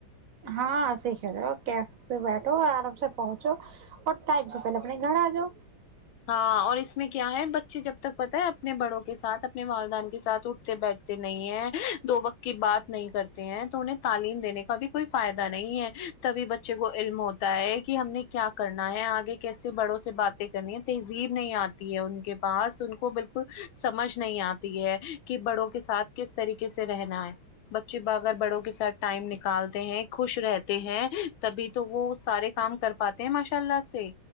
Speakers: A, on the right; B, on the left.
A: ہاں سیکھ رہ کیفہ بیٹھو آرام سے پہنچو اور ٹائم سے پہلے اپنے گھر آ جاؤ
B: اور اس میں کیا ہے بچے جب تک پت ہے اپنے بڑوں کے ساتھ اپنے والدان کے ساتھ اٹھتے بیٹھتے نہیں ہیں دو وقت کی بات نہیں کرتے ہیں تو انہیں تعلیم دینے کا بھی کوئی فائدہ نہیں ہے تبھی بچے کو علم ہوتا ہے کہ ہم نے کیا کرنا ہے آگے کیسے بڑوں سے باتیں کرنی ہے تہذیب نہیں آتی ہے ان کے پاس ان کو بالکل سمجھ نہیں آتی ہے کہ بڑوں کے ساتھ کس طریقے سے رہنا ہے بچے ایر بڑوں کے ساتھ ٹائم نکالتے ہیں خوش رہتے ہیں تبھی تو وہ سارے کام کر پاتے ہیں ماشاء اللہ سے